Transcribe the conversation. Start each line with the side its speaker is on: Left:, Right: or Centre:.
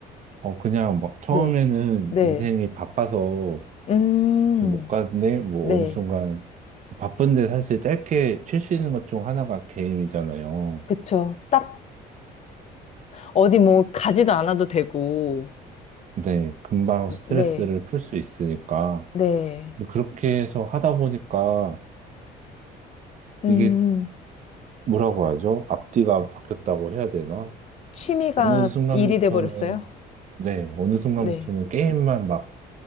Right: 어, 그냥 막 처음에는
Left: 네. 네.
Right: 인생이 바빠서
Left: 음,
Right: 못 갔는데, 뭐
Left: 네.
Right: 어느 순간 바쁜데 사실 짧게 쉴 수 있는 것 중 하나가 게임이잖아요.
Left: 그쵸. 딱 어디 뭐 가지도 않아도 되고.
Right: 네, 금방 스트레스를
Left: 네.
Right: 풀 수 있으니까.
Left: 네.
Right: 그렇게 해서 하다 보니까
Left: 음,
Right: 이게 뭐라고 하죠? 앞뒤가 바뀌었다고 해야 되나?
Left: 취미가
Right: 어느 순간부터는,
Left: 일이 돼버렸어요?
Right: 네, 어느 순간부터는
Left: 네.
Right: 게임만 막